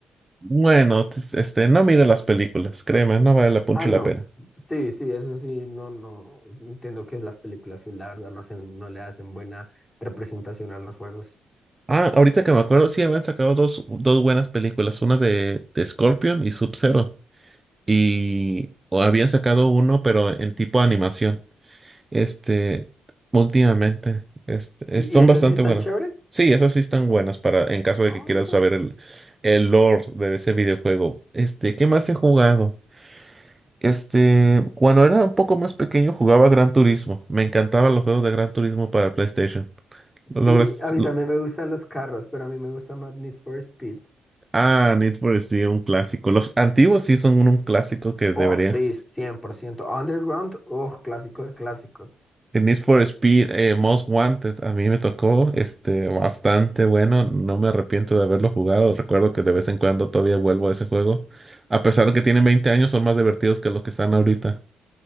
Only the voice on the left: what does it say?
Ah, no.
Sí, sí, eso sí, no, no. Entiendo que las películas, sí, la verdad, no hacen, no le hacen buena representación a los juegos.
¿Y,
y esas
sí están
chéveres?
Ah,
ok.
Sí,
a mí
también me gustan los carros, pero a mí me gusta más Need for Speed.
Oh,
sí, 100% Underground, oh, clásico de clásicos.